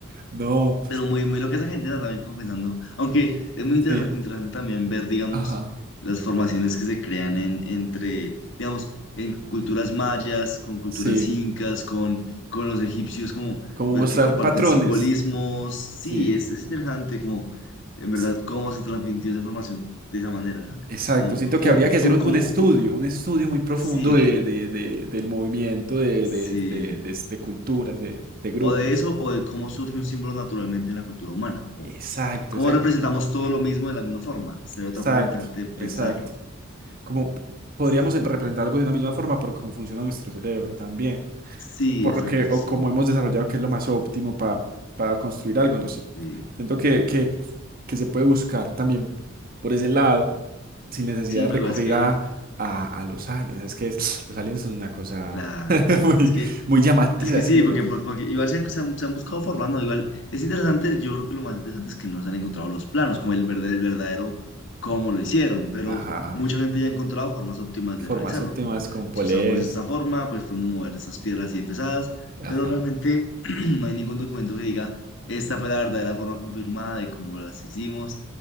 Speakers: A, on the right (about 45°); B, on the left (about 60°).
A: No,
B: Pero muy, muy loca esa gente, ¿no? También como pensando. Aunque es muy
A: sí.
B: interes- interesante también ver, digamos,
A: Ajá.
B: las formaciones que se crean en, entre, digamos, en culturas mayas, con culturas
A: Sí.
B: incas, con, con los egipcios, como
A: como
B: ver
A: mostrar
B: que comparten
A: patrones?
B: simbolismos. Sí,
A: Sí.
B: es, es interesante como, en verdad,
A: sí,
B: cómo se transmitió esa información de esa manera, ¿sabes?
A: Exacto.
B: Como,
A: Siento
B: o,
A: que habría que hacer
B: o
A: un,
B: como,
A: un estudio,
B: o-
A: un estudio muy profundo
B: sí,
A: de, de- de- del movimiento, de,
B: sí.
A: de, de, de- de culturas, de, de grupos.
B: O de eso, o de cómo surge un símbolo naturalmente en la cultura humana.
A: Exacto,
B: ¿Cómo
A: exacto,
B: representamos todo lo mismo de la misma forma? Sería otra
A: exacto,
B: forma interesante de pensarlo.
A: exacto. Como p- podríamos
B: Es-
A: em- representar algo de una misma forma por cómo funciona nuestro cerebro también,
B: Sí,
A: o por
B: exacto,
A: lo que, o
B: sí.
A: cómo hemos desarrollado que es lo más óptimo para para construir algo, no sé.
B: Sí,
A: Siento que, que, que se puede buscar también por ese lado, sin necesidad
B: Sí,
A: de
B: no,
A: recurrir
B: igual es que,
A: a, a, a los aliens. Es que es- los aliens son una cosa
B: claro,
A: <laughs> muy,
B: es que
A: muy llamativa,
B: Es que
A: es
B: sí,
A: que solo.
B: porque, por- porque igual se han, se han- se han buscado formando, igual es interesante, yo creo que lo más interesante es que no se han encontrado los planos, como el verdadero, el verdadero cómo lo hicieron, pero
A: Ajá.
B: mucha gente ya ha encontrado formas óptimas
A: Formas
B: de realizarlo,
A: óptimas
B: como
A: con poleas.
B: si usamos esta forma, pues podemos mover estas piedras así de pesadas,
A: Ajá.
B: pero realmente <clears throat> no hay ningún documento que diga esta fue la verdadera forma confirmada de cómo las hicimos,